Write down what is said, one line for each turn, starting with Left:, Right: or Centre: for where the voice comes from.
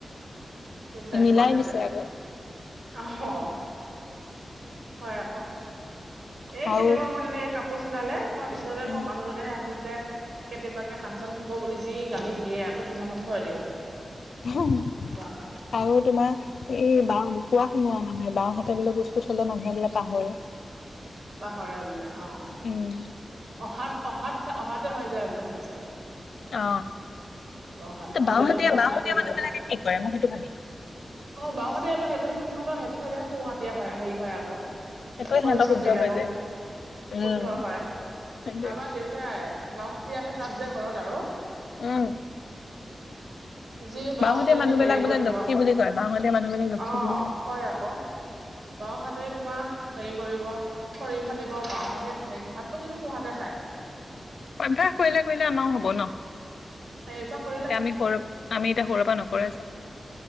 Right: বিচাৰি
Left: মিলাই
Right: পোৱা নাযায়
Left: দিছে আকৌ
Right: আহ হয় আক এই
Left: আৰু
Right: কেতিয়াবা মই তেনেকে কাপোৰ চিলালে তোমাৰ বিচনাতে
Left: উম
Right: থওঁ মানুহ জনে আহি পেলায় কেতিয়াবাকে হানচন হব বুলি যি গালি দিয়ে আকৌ থুমাথুম থৈ দিওঁ
Left: উ <unintelligible>
Right: এনেকুৱা হয়
Left: আও তোমাৰ এই বাওঁ কোৱা সোনোৱাও মানুহে বাওঁৰ হাতে বোলে বস্তু থলে মানুহে বোলো পাহৰে <unintelligible>
Right: পাহৰে বোলে অ
Left: উম
Right: অহাত অহাত চ অহাতে হৈ যায় বোলে সেইটো চাইড
Left: অ
Right: অহাত আমাৰ
Left: বাওঁহতীয়া
Right: দেউতাহঁতে অহাতে
Left: বওঁহতীয়া
Right: বুলি
Left: মানুহ
Right: কয়
Left: বিলাকে কি কৰে মই সেইটো ভাবি থাকো
Right: অ বাওঁহতিয়াতো সেইটোহে সিহঁতৰ সেইটো চাইডেহে সোঁ হতিয়া হয় হেৰি হয় আকৌ
Left: সেইটোৱে সিহঁতৰ
Right: পজিচন
Left: শুদ্ধ
Right: বিলাকো
Left: হয় যে উম
Right: শুদ্ধ হয়
Left: সেইটোৱে
Right: আমাৰ দেউতাই বাওঁহতিয়া হে তাত যে ঘৰত আৰু
Left: উম
Right: যি বাওঁ
Left: বাঁওহতিয়া
Right: হাতেদি
Left: মানুহবিলাক
Right: হেৰি
Left: বোলে
Right: কৰিব
Left: লক্ষী বুলি কয় বাঁওহতিয়া মানুহবিলাক লক্ষী
Right: অ
Left: বুলি কয়
Right: কয় আকৌ বাওঁ হাতে তোমাৰ হেৰি কৰিব খৰি ফালিব বাওঁতে ভাতটো কিন্তু সোঁ হাতে
Left: অভ্যাস কৰিলে কৰিলে আমাৰো হ'ব ন
Right: অভ্যাস কৰি
Left: এতিয়া আমি সৰু আমি এতিয়া সৰুৰে পৰা নকৰা যে